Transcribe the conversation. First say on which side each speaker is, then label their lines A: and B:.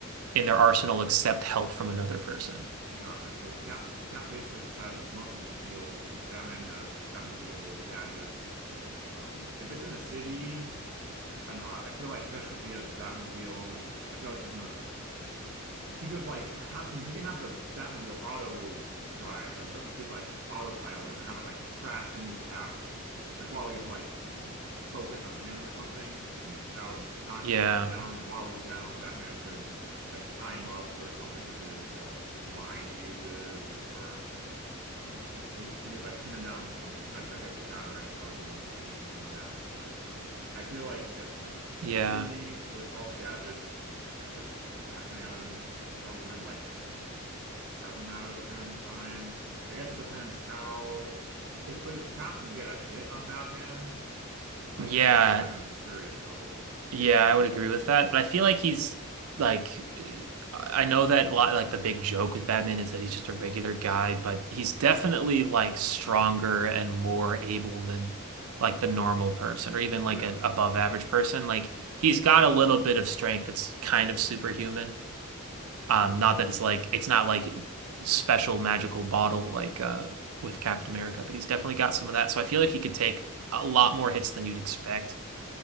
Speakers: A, on the right (about 85°); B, on the right (about 55°).
A: in their arsenal except help from another person.
B: Got it. So Cap Cap basically just has his muscles and shield. Batman has Batmobile gadgets. Um, if it's in a city, I know. I, I feel like especially if he has the Batmobile, I feel like he's gonna. He could like have and he can have the Batmobile auto drive, like dri he could like autopilot and have it like crash into Cap, like while he's like focus on him or something, and that would knock
A: Yeah.
B: Cap down. And while he's down, Batman could like tie him up or something with his uh, like line he uses, or um, he could he could like pin him down. With some actually, I guess the batarangs probably wouldn't keep him pinned down, but I feel like if
A: Yeah.
B: in a city with all his gadgets, I feel like Batman would probably win like seven out of ten times. I guess it depends how. If but if Cap can get a hit on Batman, like
A: Yeah.
B: I feel like Batman's in serious trouble.
A: Yeah, I would agree with that, but I feel like he's like I know that a lot like the big joke with Batman is that he's just a regular guy, but he's definitely like stronger and more able than like the normal person or even
B: Oh
A: like
B: yeah.
A: an above average person. Like he's got a little bit of strength that's kind of superhuman. Um, not that it's like it's not like special magical bottle like uh with Captain America, but he's definitely got some of that. So I feel like he could take a lot more hits than you'd expect